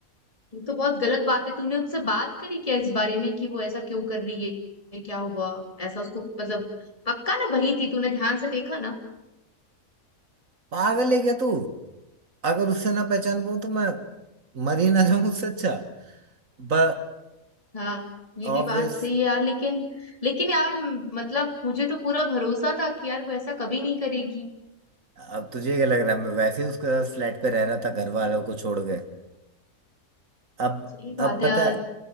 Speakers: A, on the left (about 25°); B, on the right (about 65°).
A: ये तो बहुत गलत बात है तूने उससे बात करी क्या इस बारे में कि वो ऐसा क्यों कर रही है क्या हुआ ऐसा उसको मतलब पक्का ना वही थी तूने ध्यान से देखा ना
B: पागल है क्या तू अगर उससे ना पहचान पाऊं तो मैं मर ही ना जाऊं उससे अच्छा ब
A: हाँ ये भी
B: ऑब्वियस
A: बात सही है यार लेकिन लेकिन यार मतलब मुझे तो पूरा भरोसा था कि यार वो ऐसा कभी नहीं करेगी
B: अब तुझे क्या लग रहा है मैं वैसे ही उसका फ्लैट पे रह रहा था घर वालों को छोड़ के अब
A: सही बात
B: अब पता
A: है यार
B: है